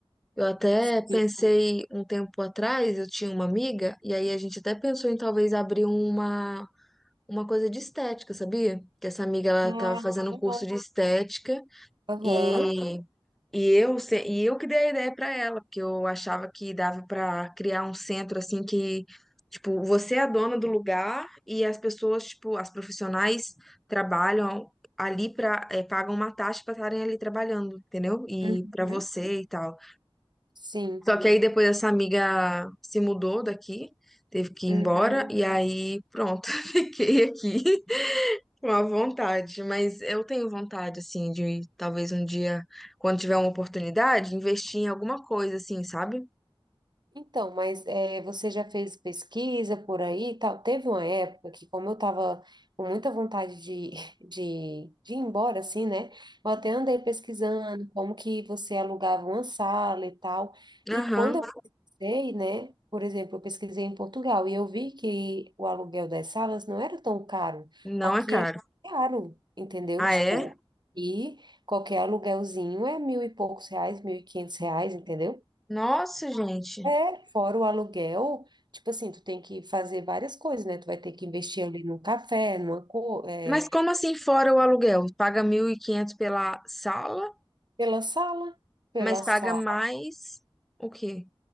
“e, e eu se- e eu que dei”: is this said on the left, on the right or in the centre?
Centre